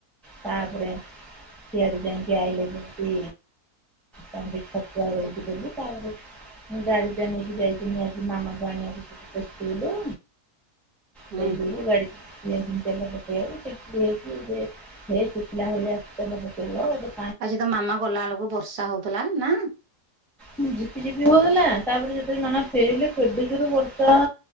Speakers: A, in the centre; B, on the right.
A: ତାପ୍ ରେ ସିଆଡୁ ଯାଇଁକି ଆଇଲେ ଯେମତି ତାଙ୍କୁ ଟିକେ ଛତୁଆ ଗୋଳିକି ଦେଲି, ତାପରେ ମୁଁ ଗାଡି ଟା ନେଇକି ଯାଇଥିନି ଆଜି ମାମାକୁ ଆଣିବାକୁ ତା ସ୍କୁଲୁ।
B: ହୁଁ
A: ସେଇ ଯୋଗୁ ଗାଡି ଯାଇଥିଲି ତେଲ ପକେଇବାକୁ <unintelligible> ହେ ଫୁଟିଲା ଭଳିଆ ତେଲ ପକେଇବ ଆଉ।
B: ଆଜି ତ ମାମା ଗଲା ବେଳୁକୁ ବର୍ଷା ହଉଥିଲା ନା?
A: ଝିପି ଝିପି ହଉଥିଲା ତାପରେ ଯେତେବେଳେ ନନା ଫେରିଲେ କେଡେ ଜୋରେ ବର୍ଷା।